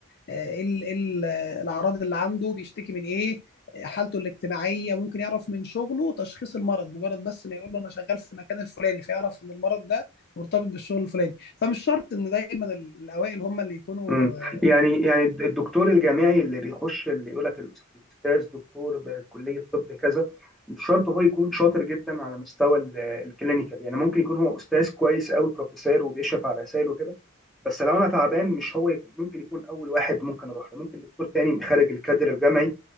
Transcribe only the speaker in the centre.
مم.
يعني يعني الدكتور الجامعي اللي بيخش اللي يقول لك الاستاذ دكتور بكليه طب كذا مش شرط هو يكون شاطر جدا على مستوى ال- الكلينيكال يعني ممكن يكون هو استاذ كويس قوي بروفيسور وبيشرف على رسائل وكده بس لو انا تعبان مش هو يكون ممكن يكون اول واحد ممكن اروح له ممكن دكتور تاني خارج الكادر الجامعي